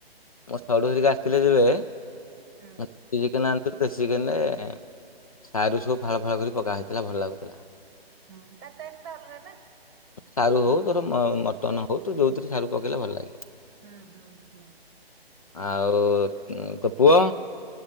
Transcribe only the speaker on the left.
ମୋ ସଢୁ ହେରିକା ଆସିଥିଲେ ଯେବେ ।
ଚିକେନ ଆଣିଥିଲୁ । ଦେଶୀ ଚିକେନ ରେ ସାରୁ ସବୁ ଫାଳ ଫାଳ କରିକି ପକା ହେଇଥିଲା ଭଲ ଲାଗୁଥିଲା।
ସାରୁ ହଉ ତୋର ମଟନ ହଉ ତ ଯୋଉଥିରେ ସାରୁ ପକେଇଲେ ଭଲ ଲାଗିବ।
ଆଉ ତୋ ପୁଅ?